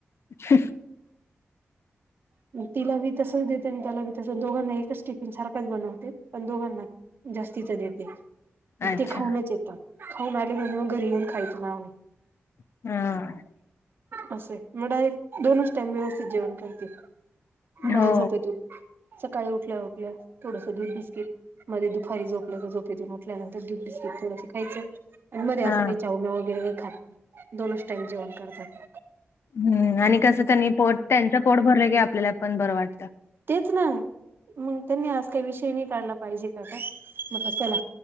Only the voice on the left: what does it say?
ह
अच्छा
हम्म.
हो
हा
हम्म, आणि कसं त्यांनी पोट, त्यांच पोट भरलंय की आपल्याला पण बरं वाटतं.